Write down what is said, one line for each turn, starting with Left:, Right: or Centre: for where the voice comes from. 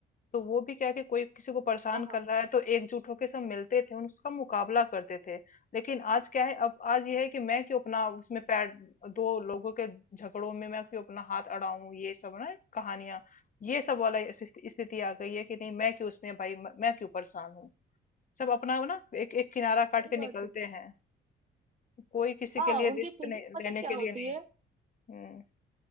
Left: तो वो भी क्या है कि कोई किसी को परेशान
Right: हाँ
Left: कर
Right: हाँ
Left: रहा है तो एकजुट होकर सब मिलते थे उन- उसका मुकाबला करते थे लेकिन आज क्या है अब आज ये है कि मैं क्यों अपना उसमें पैर दो लोगों के झगड़ों में मैं क्यों अपना हाथ अड़ाऊं ये सब ना कहानियां ये सब वाला इस- इस- स्थिति आ गई है कि नहीं मैं क्यों उसमें भाई म- मैं क्यों परेशान हूँ सब अपना ना एक एक किनारा काट
Right: सही
Left: के
Right: बात
Left: निकलते
Right: है
Left: हैं कोई किसी
Right: हाँ
Left: के लिए
Right: उनकी
Left: रिस्क
Right: थिंकिंग
Left: नहीं
Right: पता
Left: लेने
Right: है क्या
Left: के
Right: होती
Left: लिए नहीं
Right: है
Left: हम्म